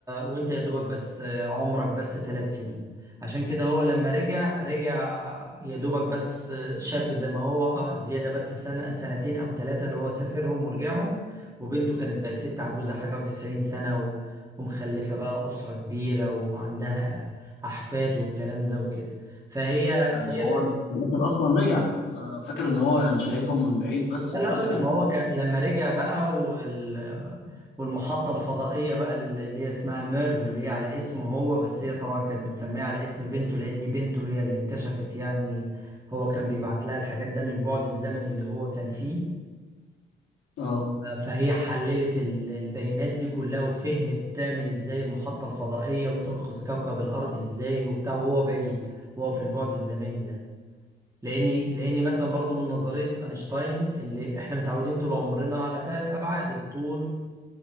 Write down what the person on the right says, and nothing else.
وانت يا دوبك بس عمرك بس ثلاث سنين عشان كده هو لما رجع رجع يا دوبك بس شاب زي ما هو زيادة بس سنة سنتين أو ثلاثة اللي هو سافرهم ورجعهم وبنته كانت بقت ست عجوزة حاجة وتسعين سنة و- ومخلفة بقى أسرة كبيرة وعندها أحفاد والكلام ده وكده فهي
فهي
لا
لا
لا
ما هو كان لما رجع بقى وال... والمحطة الفضائية بقى اللي هي اسمها ميرف اللي هي على اسمه هو بس هي طبعا كانت متسمية على اسم بنته لأن بنته هي اللي اكتشفت يعني هو كان بيبعت لها الحاجات ده من البعد الزمني اللي هو كان فيه
فهي حللت ال- البيانات دي كلها وفهمت تعمل ازاي المحطة الفضائية وتنقذ كوكب الأرض ازاي وبتاع وهو بعيد وهو في البعد الزمني ده لاني لاني مثلا برضو من نظريه اينشتاين اللي احنا متعودين طول عمرنا على ثلاث ابعاد الطول